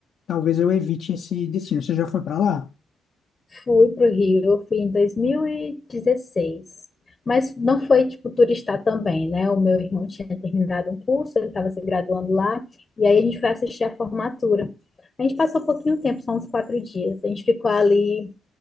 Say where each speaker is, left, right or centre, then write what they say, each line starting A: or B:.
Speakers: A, on the left (about 65°); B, on the left (about 30°).
A: talvez eu evite esse destino. Você já foi para lá?
B: Fui pro Rio, fui em 2016. Mas não foi, tipo, turistar também, né? O meu irmão tinha terminado um curso, ele estava se graduando lá, e aí a gente foi assistir a formatura. A gente passou um pouquinho tempo, só uns quatro dias. A gente ficou ali,